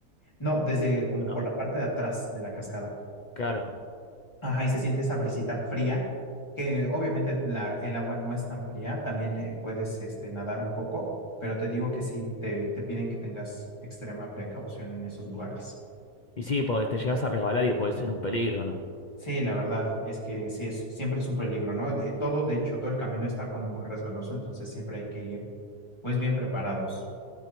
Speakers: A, on the left (about 20°); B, on the left (about 70°).
A: No, desde como
B: ¿O no?
A: por la parte de atrás de la cascada.
B: Claro.
A: Ajá, y se siente esa brisita fría, que obviamente la, el agua no es tan fría, también eh, puedes este, nadar un poco, pero te digo que sí, te, te piden que tengas extrema precaución en esos lugares.
B: Y sí, porque te llegas a resbalar y puede ser un peligro, ¿no?
A: Sí, la verdad es que sí es, siempre es un peligro, ¿no? De- todo, de hecho, todo el camino está como muy resbaloso, entonces siempre hay que ir pues bien preparados,